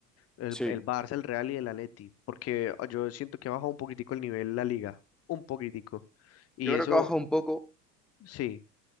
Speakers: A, on the left; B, in the centre.
A: el,
B: Sí,
A: el Barça, el Real y el Atleti, porque yo siento que ha bajado un poquitico el nivel la liga, un poquitico, y
B: yo
A: eso,
B: creo que ha bajado un poco,
A: sí,